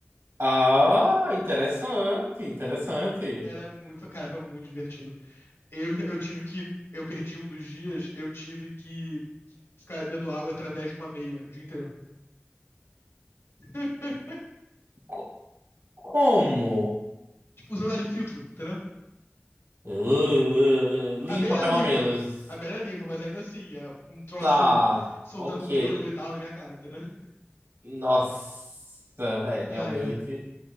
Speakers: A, on the right (about 75°); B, on the left (about 85°).
A: Ah, interessante, interessante.
B: Era muito, cara, foi muito divertido. Eu, eu tive que. Eu perdi um dos dias, eu tive que ficar bebendo água através de uma meia o dia inteiro. <laughs>
A: Co- Como?
B: Tipo, usando a de filtro, entendeu?
A: Ah, limpa,
B: A meia
A: pelo
B: era limpa.
A: menos.
B: A meia era limpa, mas ainda assim, é um troço
A: Tá,
B: soltando
A: ok.
B: pelo e tal na minha cara, entendeu?
A: Nossa, é, realmente.
B: Ai, ai.